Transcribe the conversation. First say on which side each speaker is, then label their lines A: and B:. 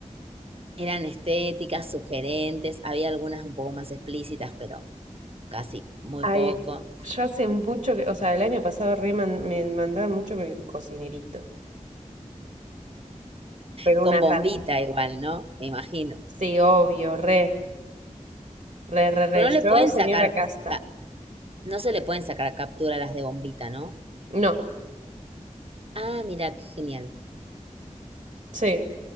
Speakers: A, on the right; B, on the right.
A: Eran estéticas, sugerentes, había algunas un poco más explícitas, pero casi muy
B: Ay,
A: poco,
B: yo hace mucho que, o sea, el año pasado re man- me mandaba mucho con el cocinerito. Pero
A: con
B: una
A: bombita
B: banda.
A: igual, ¿no? Me imagino.
B: Sí, obvio, re, re, re, re.
A: Pero no le
B: Yo,
A: pueden sacar,
B: señora Casta.
A: ca- no se le pueden sacar captura a las de bombita, ¿no?
B: No,
A: Ah, mira, qué genial.
B: sí.